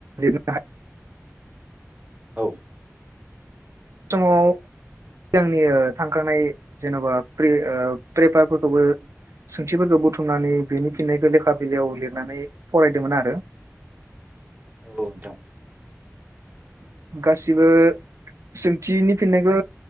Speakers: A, on the right; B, on the right.
A: लिरनो हाया
B: औ
A: समाव सिगंनि थांखांानाय जेन'बा्रि पेपारफोरखौबो सोंथिफोरखौ बुथुमनानै बेनि फिननायखौ लेखा बिलाइयाव लिरनानै फरायदोंमोन आरो
B: औ नोंथां
A: गासिबो सोंथिनि फिन्नायखौ